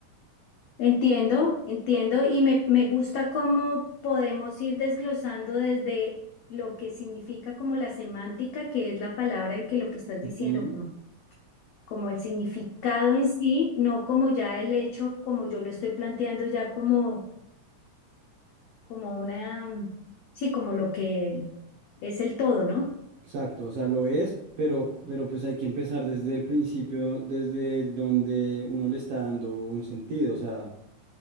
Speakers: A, on the left; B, on the right.
A: entiendo, entiendo y me, me gusta cómo podemos ir desglosando desde lo que significa como la semántica, que es la palabra y que lo que estás diciendo,
B: Ujú.
A: como, como el significado en sí, no como ya el hecho, como yo lo estoy planteando ya como, como una, mm, sí, como lo que es el todo, ¿no?
B: Exacto, o sea, lo es, pero, pero pues hay que empezar desde el principio, desde donde uno le está dando un sentido, o sea,